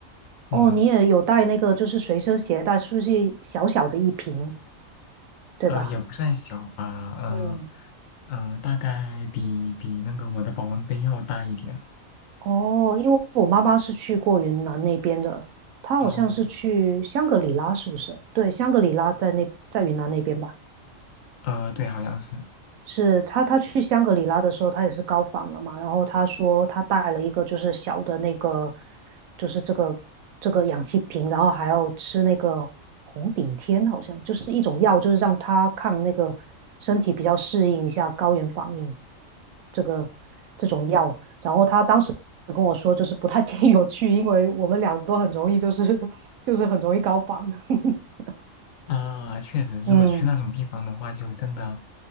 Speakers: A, on the left; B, on the right.
A: 嗯，
B: 哦，你也有带那个，就是随身携带，是不是小小的一瓶，对吧？
A: 呃，也不算小吧，嗯、
B: 嗯，
A: 呃嗯、呃大概比比那个我的保温杯要大一点。
B: 哦，因为我妈妈是去过云南那边的，她好像是去香格里拉，
A: 哦，
B: 是不是？对，香格里拉在那，在云南那边吧？
A: 呃，对，好像是。
B: 是他，他去香格里拉的时候，他也是高仿了嘛。然后他说他带了一个就是小的那个，就是这个这个氧气瓶，然后还要吃那个红顶天，好像就是一种药，就是让他抗那个身体比较适应一下高原反应这个这种药。然后他当时跟我说，就是不太建议我去，因为我们俩都很容易就是就是很容易高仿，<laughs>
A: 啊，确实，如果去那种地方的话，
B: 嗯，
A: 就真的，